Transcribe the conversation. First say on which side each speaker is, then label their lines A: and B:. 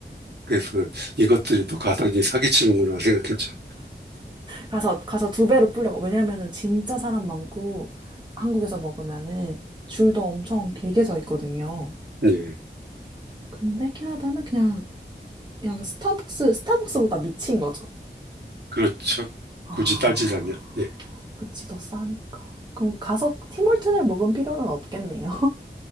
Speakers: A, on the right (about 65°); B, on the right (about 25°).
A: 그래서 이것들이 또 가당이 사기치는구나 생각했죠.
B: 가서 가서 두 배로 불려가. 왜냐면은 진짜 사람 많고 한국에서 먹으면은 줄도 엄청 길게 서 있거든요.
A: 예,
B: 근데 캐나다는 그냥 그냥 스타벅스 스타벅스보다 미친 거죠.
A: 그렇죠.
B: 아.
A: 굳이 따지라면. 예.
B: 그치, 더 싸니까. 그럼 가서 티몰튼을 먹은 필요는 없겠네요. <laughs>